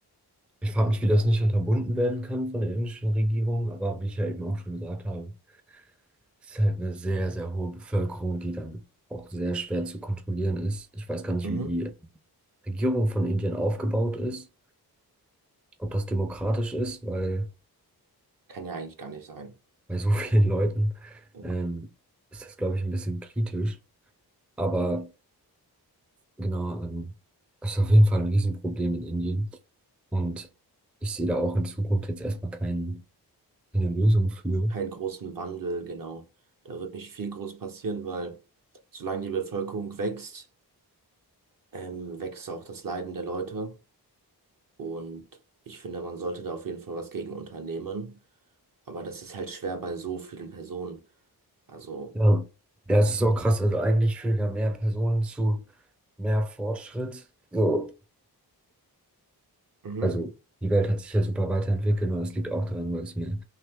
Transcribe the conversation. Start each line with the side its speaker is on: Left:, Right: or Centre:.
Centre: ich frage mich, wie das nicht unterbunden werden kann von der indischen Regierung, aber wie ich ja eben auch schon gesagt habe, es ist halt eine sehr, sehr hohe Bevölkerung, die dann auch sehr schwer zu kontrollieren ist. Ich weiß gar nicht,
Right: Mhm.
Centre: wie die Regierung von Indien aufgebaut ist, ob das demokratisch ist, weil
Right: Kann ja eigentlich gar nicht sein.
Centre: bei so <laughs> vielen Leuten
Right: Ja.
Centre: ähm, ist das, glaube ich, ein bisschen kritisch. Aber genau, ähm, das ist auf jeden Fall ein Riesenproblem in Indien. Und ich sehe da auch in Zukunft jetzt erstmal kein, keine Lösung für.
Right: Keinen großen Wandel, genau. Da wird nicht viel groß passieren, weil solange die Bevölkerung wächst, ähm, wächst auch das Leiden der Leute. Und ich finde, man sollte da auf jeden Fall was gegen unternehmen. Aber das ist halt schwer bei so vielen Personen. Also,
Centre: Ja. Ja, es ist auch krass. Also eigentlich führen ja mehr Personen zu mehr Fortschritt. So,
Right: mhm,
Centre: also die Welt hat sich ja super weiterentwickelt und das liegt auch daran, weil es mehr